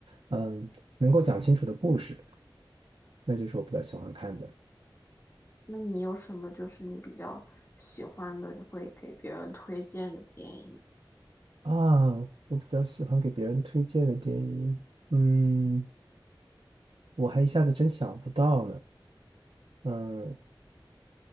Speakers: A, on the right (about 80°); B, on the left (about 30°).
A: 嗯，能够讲清楚的故事，那就是我比较喜欢看的。
B: 那你有什么就是你比较喜欢的，你会给别人推荐的电影？
A: 啊，我比较喜欢给别人推荐的电影，嗯，我还一下子真想不到呢。嗯，